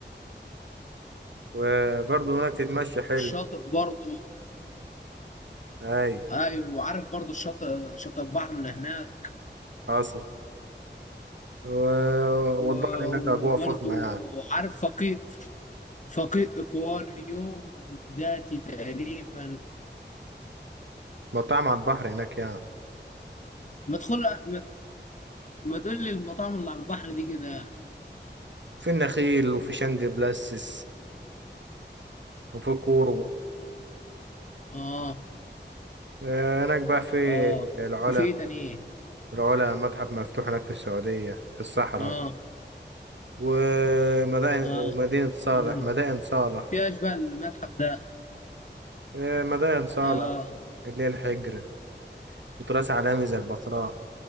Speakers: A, on the right; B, on the left.
A: وبرضه هناك تتمشى حلو
B: الشاطئ برضو
A: أي
B: أيوة وعارف برضو الشاطئ شاطئ البحر اللي هناك
A: حصل و...
B: و-
A: والبحر هناك أجواء
B: وبرضو
A: فخمة يعني
B: عارف فقيه فقيه اكواريوم ذاتي تقريبا
A: مطاعم على البحر هناك يعني
B: ما تدخل ما ما تقول لي المطاعم اللي على البحر دي كده
A: في النخيل وفي شنج بلاسس وفي كورو
B: اه
A: آه، هناك بقى في
B: اه
A: العلا
B: وفي ايه تاني إيه؟
A: العلا متحف مفتوح هناك في السعودية في الصحراء
B: اه
A: ومدائن
B: اه
A: ومدينة صالح
B: امم
A: مدائن صالح
B: في اشباه المتحف ده
A: آه، مدائن صالح
B: اه
A: اللي هي الحجر وتراث عالمي زي البتراء